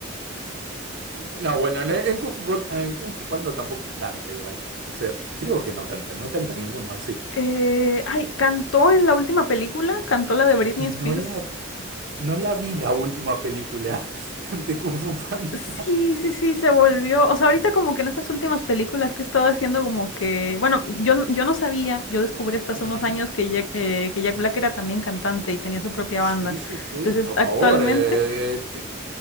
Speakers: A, on the right (about 55°); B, on the left (about 75°).
A: No, bueno, en, en Kung Fu, Pan- en Kung Fu Panda tampoco canta igual. O sea, creo que no canta, no canta ninguna, o sí.
B: Eh, ay, cantó en la última película, cantó la de Britney Spears.
A: No la No la vi la última película <laughs> de Kung Fu Panda.
B: Sí, sí, sí, se volvió. O sea, ahorita como que en estas últimas películas que he estado haciendo como que, bueno, yo, n- yo no sabía, yo descubrí hasta hace
A: Ujú.
B: unos años que Jack, eh, que Jack Black era también cantante y tenía su propia
A: Sí,
B: banda.
A: sí, sí,
B: Entonces,
A: por
B: actualmente,
A: favor. Eh, te-